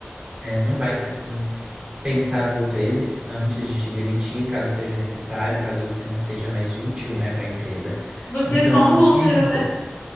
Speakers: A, on the right; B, on the left.
A: é, não vai assim pensar duas vezes antes de te demitir, caso seja necessário, caso você não seja mais útil, né, para a empresa.
B: Você
A: Então,
B: é só um
A: se
B: número,
A: a empresa...
B: né?